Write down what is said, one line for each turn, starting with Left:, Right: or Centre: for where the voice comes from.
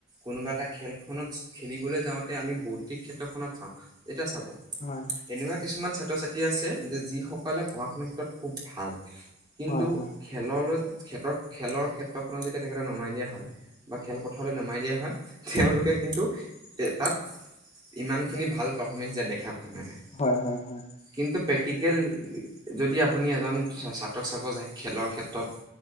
Right: কোনোবা এটা খেলখনত খেলিবলৈ যাওঁতে আমি বৌদ্ধিক ক্ষেত্ৰখনত চাওঁ, এতিয়া চাব
Left: হয়।
Right: এনেকুৱা কিছুমান ছাত্ৰ ছাত্ৰী আছে যে যিসকলে পঢ়া শুনাৰ ক্ষেত্ৰত খুব ভাল। কিন্তু
Left: হয় হয়
Right: খেললৈ ক্ষেত খেলৰ ক্ষেত্ৰখনত যেতিয়া তেখেতে নমাই দিয়া হয় বা খেলপথাৰলৈ নমাই দিয়া হয় তেওঁলোকে কিন্তু তাত ইমানখিনি ভাল পাৰফৰ্মেন্ঞ্চ দিয়া দেখা পোৱা নাযায়।
Left: হয় হয় হয়।
Right: কিন্তু প্ৰেক্টিকেল যদি আপুনি এজন ছা ছা ত্ৰক চাব যায় খেলৰ ক্ষেত্ৰত